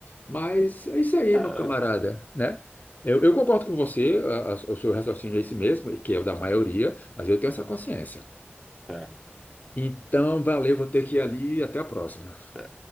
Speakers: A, on the left; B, in the centre.
A: Mas é isso aí,
B: é,
A: meu camarada, né? Eu, eu concordo com você, a- a- o seu raciocínio é esse mesmo, e que é o da maioria, mas eu tenho essa consciência.
B: é.
A: Então, valeu, vou ter que ir ali, até a próxima.
B: é.